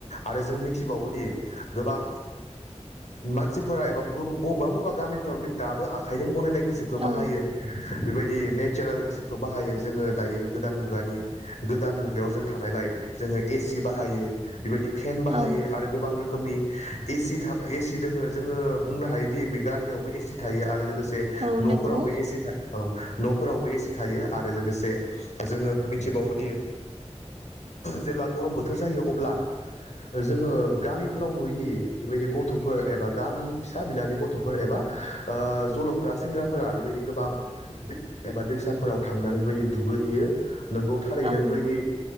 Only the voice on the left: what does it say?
आरो जों मिथिबावोदि गोबां मानसिफोरा एबा बबा बबा बा गामिफोराव बे दो आखाइजों बानायनाय गिसिबखौ
बाहायो बेबायदि नेचारेल गिसिबखौ खौ बाहायो जोङो दायो गोदान मुगानि गोदान मुगायाव जों थानायलाय जोङो एसि बाहायो बेबायदि फेन बाहायो
आरो गोबां रोखोम नि एसि दङो जोङो बुंनो हायोदि बे गारियावबो एसि थायो आरो लोगोसे
न'फोरावबो
एसि था औ न'फोरावबो एसि थायो आरो लोगोसे जोङो मिथिबावोदि जेब्ला गरम बोथोर जायो अब्ला जोङो गामिफोराव नुयोदि बेबायदि गथ'फोर एबा गामि फिसा बिलानि गथ'फोर एबा ओ जल'फोरा सेंग्राफोरा बेबायदि गोबां एबा दैसा फोराव थांनानै बेबायदि दुगैहैयो नोंगौ थारैनो
बेबायदि